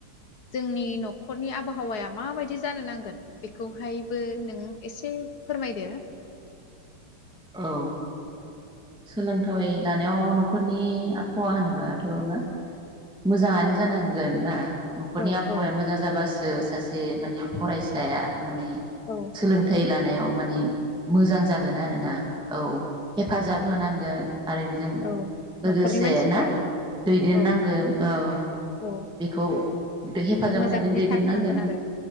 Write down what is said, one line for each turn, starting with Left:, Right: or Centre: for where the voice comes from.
Left: जोंनि न'खरनि आबहावाया माबायदि जानो नांगोन बेखौहायबो नों एसे फोरमायदो।
Centre: औ। सोलोंथावै लानायाव न'खरनि हवा होनोबाथ' मा मोजाङानो
Left: औ
Centre: जानां गोनना। न'खरनि
Left: औ
Centre: आबहावाया
Left: औ
Centre: मोजां जाबासो ओ सासे मानि फरायसाया माने
Left: औ
Centre: सोलोंथाइ लानो <unintelligible> मानि मोजां जागोन आरोना औ हेफाजाब होनांगोन। आरो बिजों
Left: औ
Centre: लोगोसे
Left: न'खरनि मानसिफ्रा
Centre: ना दैदेननांगोन
Left: औ
Centre: ।
Left: औ
Centre: <unintelligible> बेखौ बे हेफाजाब
Left: मोजां
Centre: होनायजों
Left: दिथा
Centre: दैदेननांगोन
Left: होनांगोन आरो